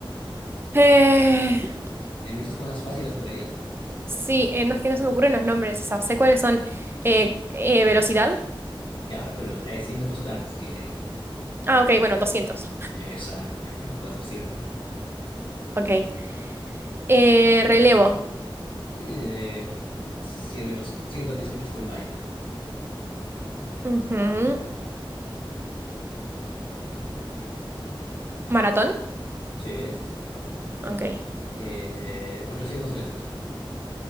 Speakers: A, on the left; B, on the right.
A: Y
B: Eh,
A: hay muchas cosas fáciles por ahí.
B: sí, eh, no es que no se me ocurren los nombres, o sea, sé cuáles son.
A: S-
B: Eh, eh, velocidad.
A: Claro, pero hay 100 metros planos, que ya dije.
B: Ah, ok, bueno, doscientos,
A: Esa, <laughs> cuatrocientos
B: Ok. Eh, relevo.
A: Eh, 100 metros, 110 metros con vallas.
B: Ujú. Maratón.
A: Sí.
B: Ok.
A: Eh, 800 metros.